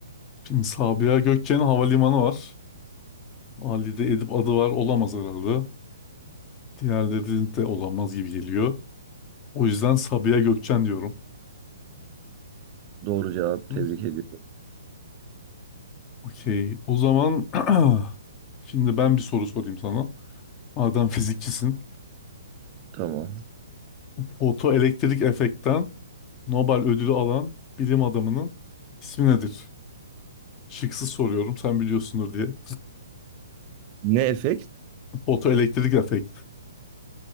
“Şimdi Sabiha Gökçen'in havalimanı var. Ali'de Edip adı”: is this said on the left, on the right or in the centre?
Left